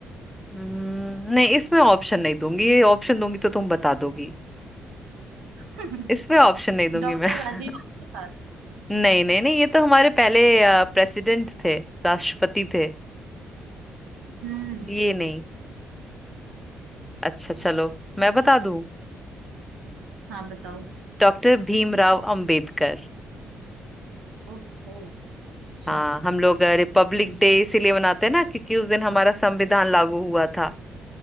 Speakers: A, in the centre; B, on the right.
A: हम्म, नहीं इसमें ऑप्शन नहीं दूंगी ये ऑप्शन दूंगी तो तुम बता दोगी
B: दो। <laughs>
A: इसमें ऑप्शन नहीं दूंगी
B: डॉक्टर
A: मैं
B: राजेंद्र
A: <laughs>
B: प्रसाद
A: नहीं नहीं नहीं ये तो हमारे पहले प्रेसिडेंट थे राष्ट्रपति थे
B: हम्म
A: ये नहीं अच्छा चलो मैं बता दूं
B: हाँ बताओ
A: डॉक्टर भीमराव अंबेडकर
B: ओहो अच्छा
A: हाँ हम लोग रिपब्लिक डे इसीलिए मनाते हैं ना क्योंकि उस दिन हमारा संविधान लागू हुआ था